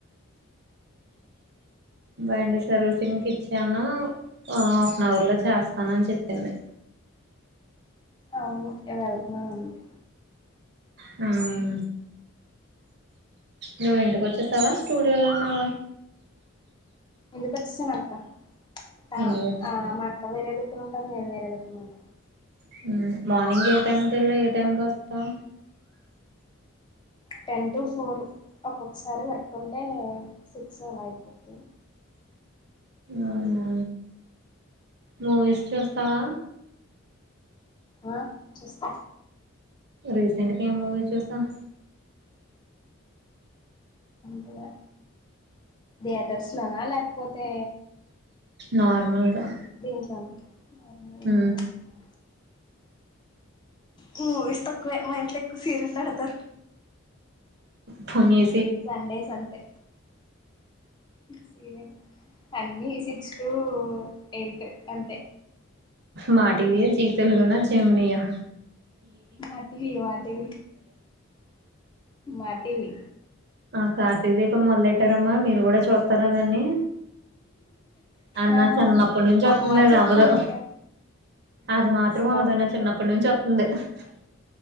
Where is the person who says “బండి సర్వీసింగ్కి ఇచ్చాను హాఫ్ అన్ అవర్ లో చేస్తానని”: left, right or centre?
Right